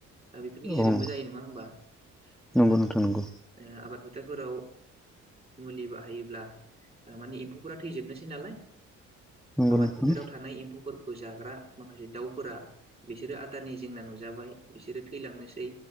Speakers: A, on the right; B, in the centre.
A: बेफोरनि गेजेरजोंबो
B: औ
A: जायो नङा होमबा
B: नंगौ
A: ओ-ओ
B: नंगौ नोंथां नंगौ
A: आबाद फो थाफोराव मुलि बाहायोब्ला मानि एम्फौफोरा थैजोबनोसै नालाय
B: नंगौ
A: आबाद
B: नोंथां
A: फोथाराव थानाय एम्फौफोरखौ जाग्रा माखासे दाउफोरा बिसोरो आदारनि जेंना नुजाबाय बिसोरो थैलांनोसै